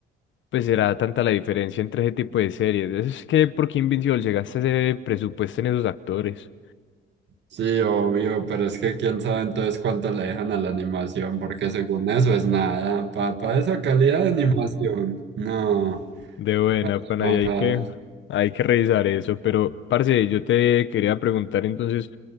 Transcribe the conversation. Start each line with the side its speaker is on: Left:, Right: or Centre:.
Left: pues será tanta la diferencia entre ese tipo de series. Es que, ¿por qué Invincible llegaste a ese presupuesto en esos actores?
Right: Sí, obvio, pero es que quién sabe entonces cuánto le dejan a la animación, porque según eso es nada. Para esa calidad de animación, no,
Left: De buena, pana,
Right: no,
Left: y hay que, hay que revisar eso. Pero, parce, yo te quería preguntar entonces,